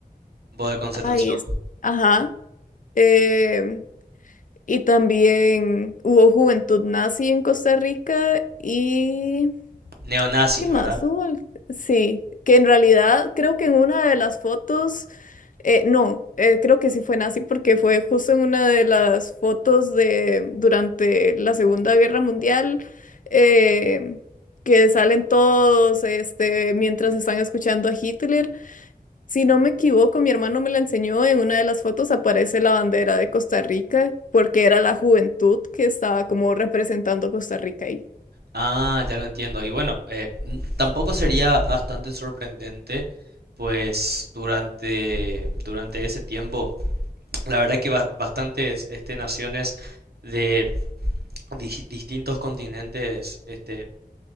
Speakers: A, on the right (about 80°); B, on the left (about 55°).
A: Campo de concentración.
B: ay, es- ajá, eh, y también hubo juventud nazi en Costa Rica y,
A: Neonazis,
B: ¿qué más
A: ¿verdad?
B: hubo? al- Sí, que en realidad creo que en una de las fotos Eh, no, eh, creo que sí fue nazi porque fue justo en una de las fotos de durante la Segunda Guerra Mundial eh, que salen todos este, mientras están escuchando a Hitler. Si no me equivoco, mi hermano me la enseñó, en una de las fotos aparece la bandera de Costa Rica porque era la juventud que estaba como representando Costa Rica ahí.
A: Ah, ya lo entiendo. Y bueno, eh, n- tampoco sería bastante sorprendente, pues durante, durante ese tiempo, la verdad que ba- bastantes este, naciones de di- distintos continentes este,